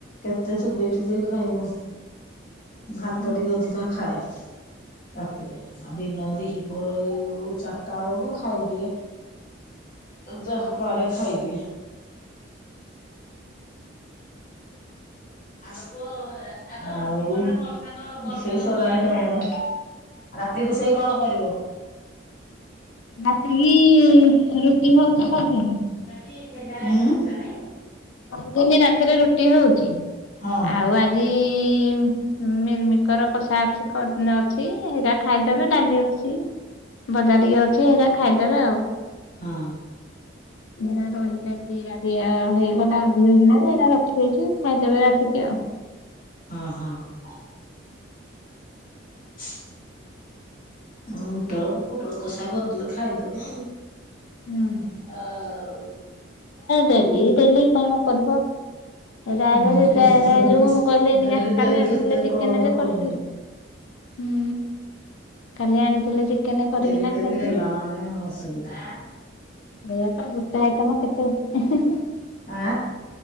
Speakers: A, on the left; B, on the left.
A: କେତେ ଚୁବେଇ ଚୁବେେଇ ଖାଇବ, ଭାତ
B: ହୁଁ
A: ଟିକେ ଅଧିକା ଖାଏ। ରାତିରେ ଆଉ ଦିନ ଦିହି ପ ଏ ଯୋଉ ଚାରିଟା ବେଳକୁ ଖାଇଦିଏ। ଯାହା ପାରେ ଖାଇଦିଏ। ଆଉ ସେଇଷରିଲାଣି ତମର। ରାତି ରୋଷେଇ କଣ କରିବ?
B: ରାତି କି ରୁଟି ହଉଛି ସଵୁଦିନି।
A: ଚୋଥିଲା ନାଇଁ <inaudible>
B: ସବୁଦିନି ରାତିରେ ରୁଟି ହଉଛି,
A: ହଁ
B: ଆଉ ଆଜି ଇମ୍ ମିଲମିକର କଷା ଅଛି, କ ଅଛି ହେଇରା ଖାଇଦେବେ, ଡାଲି ଅଛି।
A: ହ
B: ବଜା ଟିକେ ଅଛି ହେଇରା ଖାଇଦେବେ ଆଉ।
A: ହଁ।
B: ହେନା ରହିଯାଇଛିା ଗାଧିଆ ହେଇଗଲା ଅଧିକ ବିନା ଯେ ହେଇରା ରଖିଦେଇଛି, ଖାଇଦେବେ ରାତିକି ଆଉ।
A: ହଁ, ହଁ। ହ <unintelligible> <inaudible> ପୋଟଳ କଷା କରିଦେଲେ ଖାଇଦବ
B: ହୁଁ
A: ଆଉ
B: ଡେଲି ଡେଲି କଣ କରିବ। ରାଜ
A: ହୁଁ ଡେଲି
B: ରାଜ
A: ଡେଲି
B: ଯ ମୁଁ କହିଲି
A: ଡେଲି
B: ଏ
A: ଡେଲି
B: କାଲି ଆଣିଥିଲ
A: କେତେ
B: ଚିକେନରେ
A: କଣ କରିବ।
B: କରିଥିଲ। ହୁଁ କାଲି ଆଣିଥିଲଥିଲେ ଚିକେନ କରିକି
A: ଡେଲି
B: ନା
A: ଡେଲି
B: ଖାଇଥିଲୁ।
A: ହେଲା ମାନେ ଅସୁବିଧା।
B: ଏପ ଗୁଟ ଆଇଟମା କେତ <unintelligible>
A: ଆ।